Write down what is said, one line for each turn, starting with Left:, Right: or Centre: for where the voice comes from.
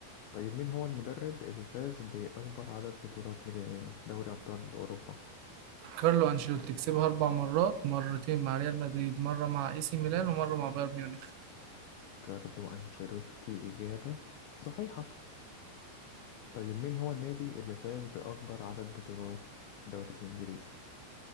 Left: طيب مين هو المدرب اللي فاز بأكبر عدد بطولات لدوري أبطال أوروبا؟
Right: كارلو أنشيلوتي كسبها أربع مرات مرتين مع ريال مدريد مرة مع اي سي ميلان ومرة مع بايرن ميونخ
Left: كارلو أنشيلوتي إجابة صحيحة طيب مين هو النادي اللي فاز بأكبر عدد بطولات الدوري الإنجليزي؟